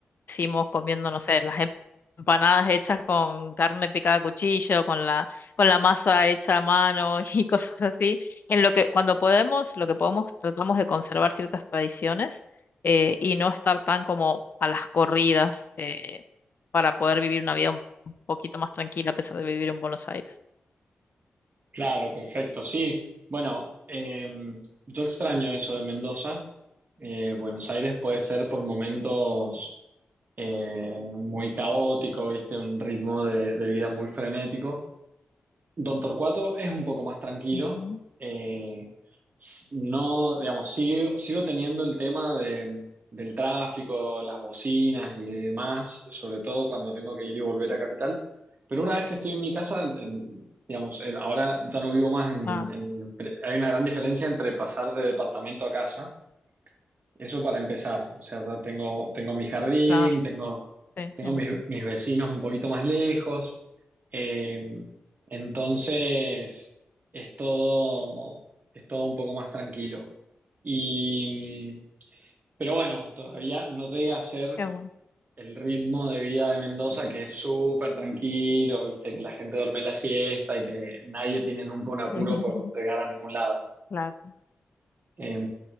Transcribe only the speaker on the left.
hicimos comiendo, no sé, las em- empanadas hechas con carne picada a cuchillo, con la, con la masa hecha a mano <laughs> y cosas así. En lo que, cuando podemos, lo que podemos, tratamos de conservar ciertas tradiciones eh, y no estar tan como a las corridas eh, para poder vivir una vida un poquito más tranquila a pesar de vivir en Buenos Aires.
Ujú.
Ah,
claro,
sí,
me imagino.
Qué bueno.
<laughs>
Claro,